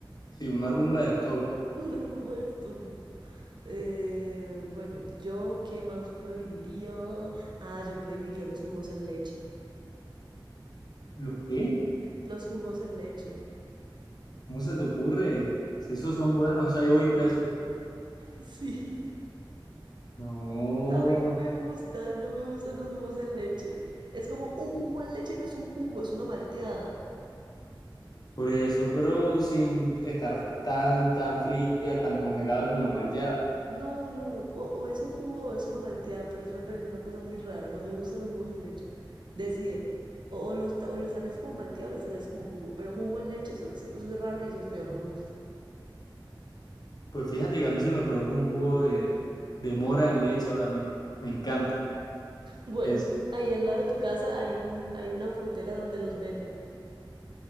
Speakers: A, on the left; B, on the right.
A: Sí, una rumba de estorbo.
B: <laughs> Una rumba de estorbo. Eh, bueno, yo qué más prohibiría. Ah, yo prohibiría los jugos en leche.
A: ¿Los qué?
B: Los jugos en leche.
A: ¿Cómo se te ocurre? Si esos son buenos, o sea, yo voy preso.
B: <laughs> Sí.
A: No,
B: A mí no me gustan, no me gustan los jugos en leche. Es como un jugo en leche no es un jugo, es una malteada.
A: por eso, pero sin estar tan, tan fría, tan congelada como una malteada.
B: No, no, o, o es un jugo o es una malteada, pero eso me parece una cosa muy rara. No me gustan los jugos en leche. Decídete. O, o, los, o le sales como malteado o le sales como jugo. Pero jugo en leche, eso, eso, eso es raro y eso es feo, no me gusta.
A: Pues fíjate que a mí se me provoca un jugo de, de mora en leche ahora mismo. Me encanta.
B: Bueno,
A: Es,
B: ahí al lado de tu casa hay un, hay una frutera donde los venden.